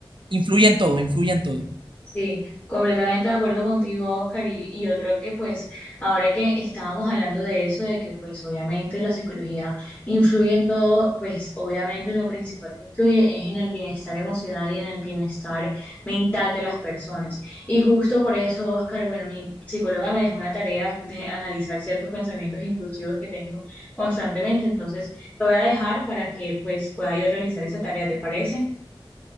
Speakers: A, on the right; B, on the left.
A: influye en todo, influye en todo.
B: Sí, completamente de acuerdo contigo, Oscar, y, y yo creo que pues ahora que estábamos hablando de eso, de que pues obviamente la psicología influye en todo, pues obviamente lo principal que influye es en el bienestar emocional y en el bienestar mental de las personas. Y justo por eso, Oscar, bueno, mi psicóloga me dejó una tarea de analizar ciertos pensamientos intrusivos que tengo constantemente, entonces te voy a dejar para que pues pueda yo realizar esa tarea, ¿te parece?